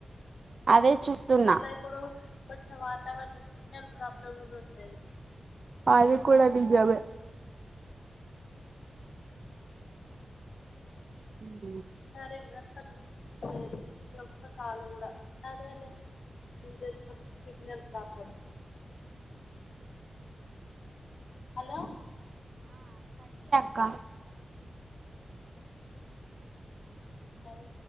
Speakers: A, on the right; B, on the left.
A: అదే చూస్తున్నా
B: మళ్ళా ఇప్పుడు కొంచెం వాతావరణం సిగ్నల్ ప్రాబ్లం కూడా ఉంటది.
A: అది కూడా నిజమే ఉ
B: సరే అస్సలు వినిపిస్తలేదు ఈ ఒక్క కాల్ కూడా సరేలే మేం చెతాం సిగ్నల్ ప్రాబ్లం హలో
A: క్క
B: డాల్